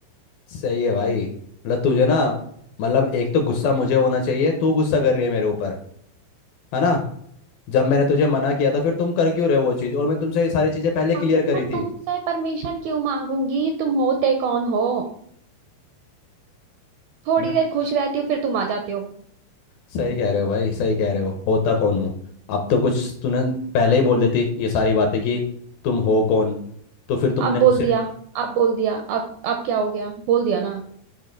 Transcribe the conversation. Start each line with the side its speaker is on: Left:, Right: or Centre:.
Left: सही है भाई मतलब तुझे ना मतलब एक तो गुस्सा मुझे होना चाहिए तू गुस्सा कर रही है मेरे ऊपर है ना जब मैंने तुझे मना किया था फिर तुम कर क्यों रहे हो वो चीज़ और मैं तुमसे ये सारी चीज़ें पहले क्लियर
Right: अरे
Left: करी
Right: मैं
Left: थी
Right: तुमसे परमिशन क्यों मांगूंगी तुम होते कौन हो थोड़ी
Left: मैं
Right: देर खुश रहती हो फिर तुम आ जाते हो
Left: सही कह रहे हो भाई सही कह रहे हो होता कौन हूँ अब तो कुछ तूने पहले ही बोल देती ये सारी बातें कि तुम हो कौन तो फिर तुमने
Right: अब
Left: मुझसे
Right: बोल दिया अब बोल दिया अब अब क्या हो गया बोल दिया ना